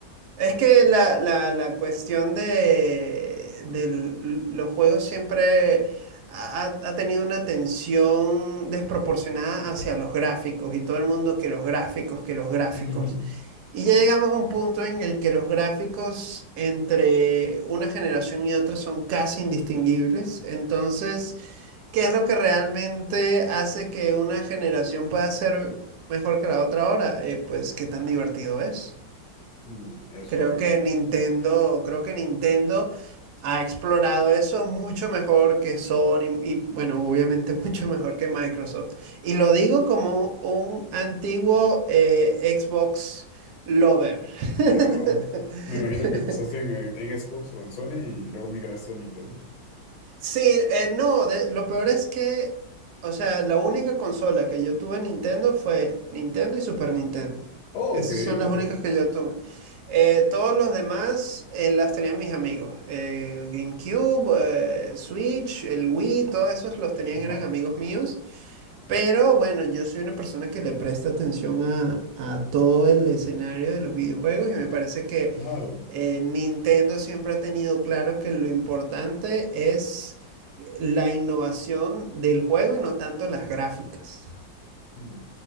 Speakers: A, on the right (about 70°); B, on the left (about 75°).
A: es que la, la- la cuestión de, de l- los juegos siempre ha, ha tenido una tensión desproporcionada hacia los gráficos y todo el mundo que los gráficos, que los gráficos.
B: Ujú.
A: Y ya llegamos a un punto en el que los gráficos entre una generación y otra son casi indistinguibles. Entonces... ¿Qué es lo que realmente hace que una generación pueda ser mejor que la otra ahora? Eh, pues qué tan divertido es.
B: Mm, Es
A: Creo
B: correcto.
A: que Nintendo, creo que Nintendo ha explorado eso mucho mejor que Sony y bueno, obviamente <laughs> mucho mejor que Microsoft. Y lo digo como un antiguo eh, Xbox lover. <laughs>
B: Claro. Me imagino que empezaste en, eh, en Xbox o en Sony y luego migraste a Nintendo.
A: Sí, eh, no, de- lo peor es que, o sea, la única consola que yo tuve Nintendo fue Nintendo y Super Nintendo.
B: Oh,
A: Esas
B: ok,
A: son las
B: ok.
A: únicas que yo tuve. Eh, todos los demás eh, las tenían mis amigos. Eh, GameCube, eh, Switch, el Wii, todos esos los tenían,
B: Ajá,
A: eran amigos míos. Pero bueno, yo soy una persona que le presta atención a, a todo el escenario de los videojuegos y me parece que
B: claro.
A: eh, Nintendo siempre ha tenido claro que lo importante es la innovación del juego y no tanto las gráficas.
B: Mm,